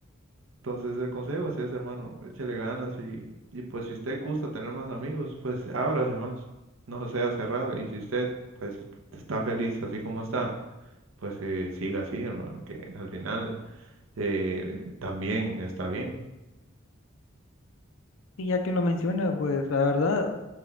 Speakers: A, on the right (about 65°); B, on the left (about 65°).
A: Entonces el consejo es ese, hermano. Échele ganas y, y pues si usted gusta tener más amigos, pues ábrase más. No sea cerrado. Y si usted pues está feliz así como está pues eh, siga así, hermano, que al final eh, también está bien.
B: Y ya que lo menciona, pues la verdad,